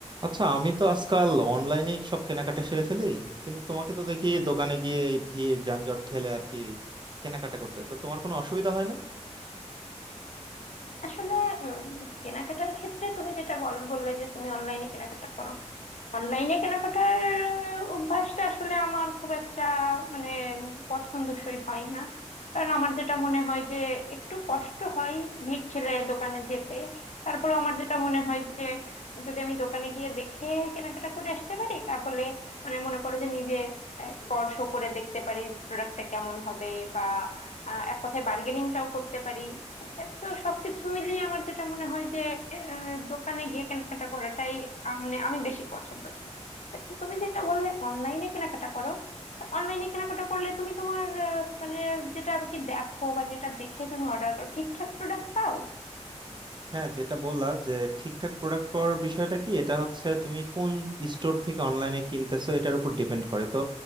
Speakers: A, on the right (about 40°); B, on the left (about 75°).
A: আচ্ছা আমি তো আজকাল অনলাইনে সব কেনাকাটা সেরে ফেলি কিন্তু তোমাকে তো দেখি দোকানে গিয়ে এই ভিড় যানজট ঠেলে আর কি কেনাকাটা করতে তো তোমার কোনো অসুবিধা হয় না
B: আসলে উম কেনাকাটার ক্ষেত্রে তুমি যেটা বল বললে যে তুমি অনলাইনে কেনাকাটা করো অনলাইনে কেনাকাটার আহ, অভ্যাসটা আসলে আমার খুব একটা মানে পছন্দসই হয় না কারণ আমার যেটা মনে হয় যে একটু কষ্ট হয় ভিড় ঠেলে দোকানে যেতে তারপরে আমার যেটা মনে হয় যে যদি আমি দোকানে গিয়ে দেখে কেনাকাটা করে আসতে পারি তাহলে মানে মনে করো যে নিজে আহ, স্পর্শ করে দেখতে পারি প্রোডাক্টটা কেমন হবে বা আহ, এক কথায় বার্গেনিংটাও করতে পারি এ তো সবকিছু মিলিয়ে আমার যেটা মনে হয় যে দোকানে গিয়ে কেনাকাটা করাটাই আহ, মানে আমি বেশি পছন্দ করি তো তুমি যেটা বললে অনলাইনে কেনাকাটা করো অনলাইনে কেনাকাটা করলে তুমি তোমার আহ, মানে যেটা আর কি দেখো বা যেটা দেখে তুমি অর্ডার করো ঠিকঠাক প্রোডাক্ট পাও
A: হ্যাঁ যেটা বললা যে ঠিকঠাক প্রোডাক্ট পাওয়ার বিষয়টা কি এটা হচ্ছে তুমি কোন স্টোর থেকে অনলাইনে কিনতেছো এটার উপর ডিপেন্ড করে তো